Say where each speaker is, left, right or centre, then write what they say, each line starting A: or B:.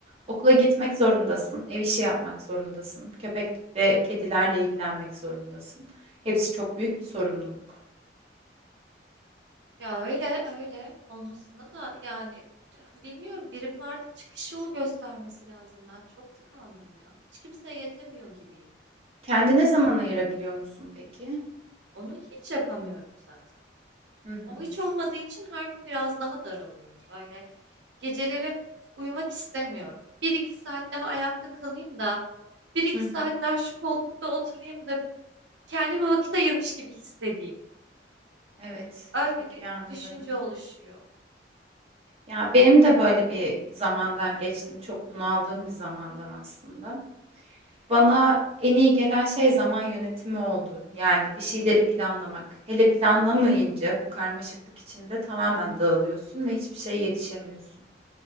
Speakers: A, on the right (about 35°); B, on the right (about 75°).
A: Okula gitmek zorundasın, ev işi yapmak zorundasın, köpek ve kedilerle ilgilenmek zorundasın. Hepsi çok büyük bir sorumluluk.
B: Ya öyle öyle olmasına da yani bilmiyorum birimin artık çıkış yolu göstermesi lazım. Ben çok tıkandım ya. Hiç kimseye yetemiyor gibiyim.
A: Kendine zaman ayırabiliyor musun peki?
B: Onu hiç yapamıyorum zaten.
A: Hı hı.
B: O hiç olmadığı için her gün biraz daha daralıyorum. Böyle geceleri uyumak istemiyorum. Bir iki saat daha ayakta kalayım da bir iki
A: Hı hı.
B: saat daha şu koltukta oturayım da kendime vakit ayırmış gibi hissedeyim.
A: Evet,
B: Öyle
A: çok
B: bir
A: iyi anlıyorum.
B: düşünce oluşuyor.
A: Ya benim de böyle bir zamandan geçtim, çok bunaldığım bir zamandan aslında. Bana en iyi gelen şey zaman yönetimi oldu. Yani bir şeyleri planlamak. Hele planlamayınca bu karmaşıklık içinde tamamen dağılıyorsun ve hiçbir şeye yetişemiyorsun.